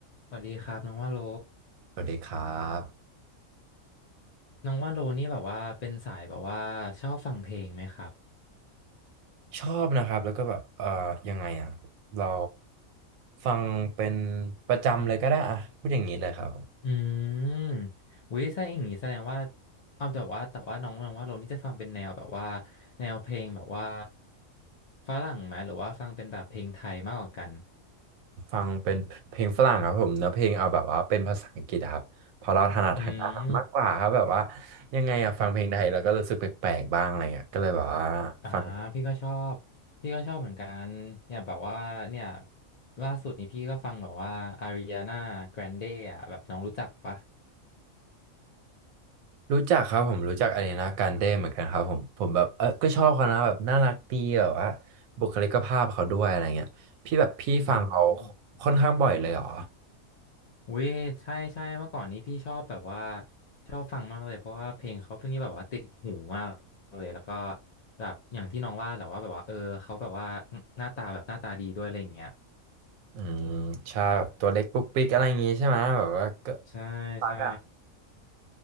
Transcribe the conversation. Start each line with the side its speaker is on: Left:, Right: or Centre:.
Left: สวัสดีครับน้องว่าโล
Right: สวัสดีครับ
Left: น้องว่าโลนี่แบบว่าเป็นสายแบบว่าชอบฟังเพลงไหมครับ
Right: ชอบนะครับแล้วก็แบบเอ่อยังไงอ่ะเราฟังเป็นประจำเลยก็ได้อ่ะพูดอย่างนี้เลยครับ
Left: อืมวิใช่อย่างงี้แสดงว่าเอาแต่ว่าแต่ว่าน้องน้องว่าโลนี่จะฟังเป็นแนวแบบว่าแนวเพลงแบบว่าฝรั่งไหมหรือว่าฟังเป็นแบบเพลงไทยมากกว่ากัน
Right: ฟังเป็นเพลงฝรั่งครับผมเนื้อเพลงเอาแบบว่าเป็นภาษาอังกฤษอะครับเพอเราถนัดทางด้านนั้นมากกว่าครับแบบว่า
Left: อืม
Right: ยังไงอ่ะฟังเพลงไทยแล้วก็รู้สึกแปลกๆบ้างอะไรเงี้ยก็เลยแบบว่าฟัง
Left: อ่าพี่ก็ชอบพี่ก็ชอบเหมือนกันอย่างแบบว่าเนี่ยล่าสุดนี้พี่ก็ฟังแบบว่าอาริอานาแกรนเดอ่ะแบบน้องรู้จักปะ
Right: รู้จักครับผมรู้จักอารีนาการ์เด้เหมือนกันครับผมผมแบบเออก็ชอบเขานะแบบน่ารักดีแบบว่าบุคลิกภาพเขาด้วยอะไรเงี้ยพี่แบบพี่ฟังเขา
Left: อืม
Right: ค่อนข้างบ่อยเลยเหรอ
Left: อุ้ยใช่ใช่เมื่อก่อนนี้พี่ชอบแบบว่าชอบฟังมากเลยเพราะว่าเพลงเขาเป็นนี่แบบว่าติดหูมากเลยแล้วก็แบบอย่างที่น้องว่าแหละว่าแบบว่าเออเขาแบบว่าหน้าตาแบบหน้าตาดีด้วยอะไรอย่างเงี้ย
Right: อืมชาแบบตัวเล็กปุ๊กปิ๊กอะไรอย่างงี้ใช่ไหมแบบว่าก็
Left: ใช่ใช่
Right: ปักอ่ะ